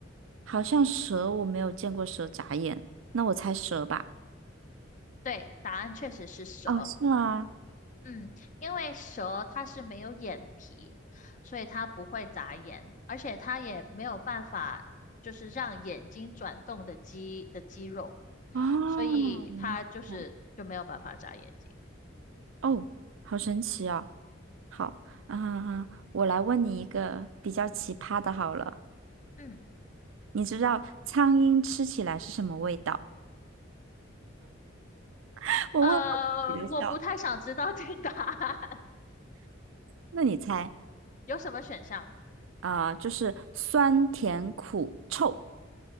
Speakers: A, on the right; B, on the left.
A: 好像蛇我没有见过蛇眨眼，那我猜蛇吧。
B: 对，答案确实是蛇。
A: 哦，是吗？
B: 嗯，因为蛇它是没有眼皮，所以它不会眨眼，而且它也没有办法就是让眼睛转动的肌的肌肉，
A: 哦，
B: 所以它就是就没有办法眨眼睛。
A: 原来是这样。哦，好神奇哦。好，啊哈哈，我来问你一个比较奇葩的，好了，
B: 嗯，
A: 你知道苍蝇吃起来是什么味道？<laughs> 我问我自己的笑。
B: 呃，我不太想知道这个答案，
A: 那你猜
B: <laughs> 有什么选项？
A: 啊，就是酸甜苦臭，